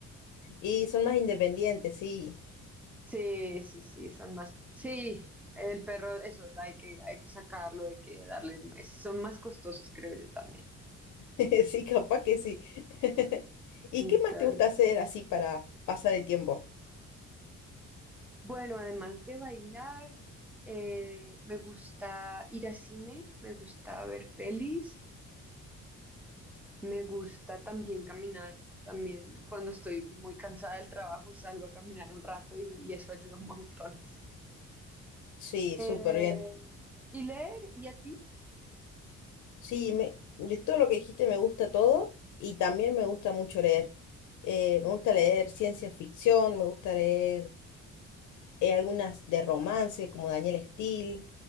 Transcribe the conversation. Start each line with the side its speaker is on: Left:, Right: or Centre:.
Left: Y son más independientes, sí.
Centre: Sí, sí, sí, son más. Sí, el perro, eso, hay que, hay que sacarlo, hay que darle, es- son más costosos, creo yo también.
Left: <laughs> Sí, capaz que sí. <laughs> ¿Y
Centre: Entonces,
Left: qué más te gusta hacer así para pasar el tiempo?
Centre: bueno, además de bailar, eh, me gusta ir a cine, me gusta ver pelis. Me gusta también caminar, también cuando estoy muy cansada del trabajo salgo a caminar un rato y, y eso ayuda un montón.
Left: Sí,
Centre: Eh,
Left: súper bien.
Centre: ¿y leer? ¿Y a ti?
Left: Sí, me, de todo lo que dijiste me gusta todo y también me gusta mucho leer. Eh, me gusta leer ciencia ficción, me gusta leer eh, algunas de romance como Daniel Steele,